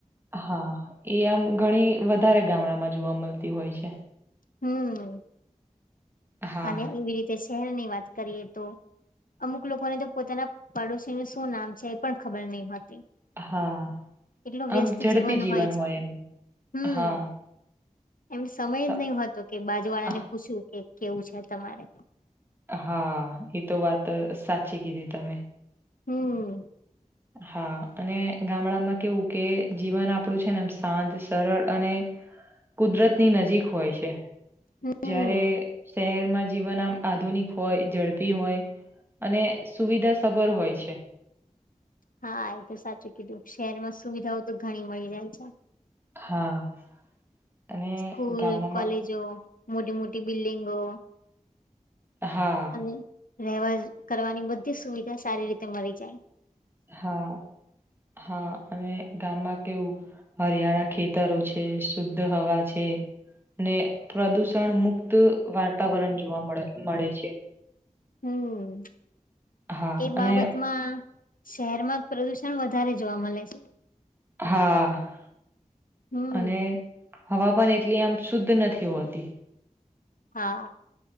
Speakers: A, on the right; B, on the left.
A: હા એ આમ ઘણી વધારે ગામડામાં જોવા મળતી હોય છે.
B: હમ્મ
A: હા
B: અને એવી રીતે શહેરની વાત કરીએ તો અમુક લોકોને તો પોતાના પાડોશીનું શું નામ છે એ પણ ખબર નહી
A: હા
B: એટલું
A: આમ
B: વ્યસ્ત
A: ઝડપી
B: જીવન હોય છે.
A: એમ
B: હમ્મ.
A: હા
B: એમ સમય
A: સ-
B: જ નહતો કે બાજુ વાળા
A: આહ,
B: ને પૂછવું કે કેવું છે તમારે?
A: હા એ તો વાત સાચી કીધી તમે.
B: હમ્મ.
A: હા અને ગામડામાં કેવું કે જીવન આપણું છે ને એમ શાંત સરળ અને કુદરત ની નજીક હોય છે
B: હમ
A: જ્યારે શહેર જીવન આમ આધુનિક હોય ઝડપી હોય અને સુવિધા સભર હોય છે.
B: હા એ તો સાચું કીધું શહેરમાં સુવિધાઓ તો ઘણી મળી જાય છે.
A: હા. અને
B: સ્કૂલ
A: ગામોમાં
B: કોલેજો મોટી મોટી બિલ્ડિંગો.
A: હા.
B: અને રહેવા કરવાની બધી સુવિધા સારી રીતે મળી જા
A: હા હા અને ગામમાં કેવું હરિયાળા ખેતરો છે શુદ્ધ હવા છે. અને પ્રદૂષણ મુક્ત વાતાવરણ જોવા મળે મળે છે.
B: હમ્મ
A: હા
B: એ બાબતમાં
A: અને
B: શહેરમાં પ્રદુષણ વધારે જોવા મળે છે.
A: હા.
B: હમ્મ.
A: અને હવા પણન એટલી આમ શુદ્ધ નથી હોતી.
B: હા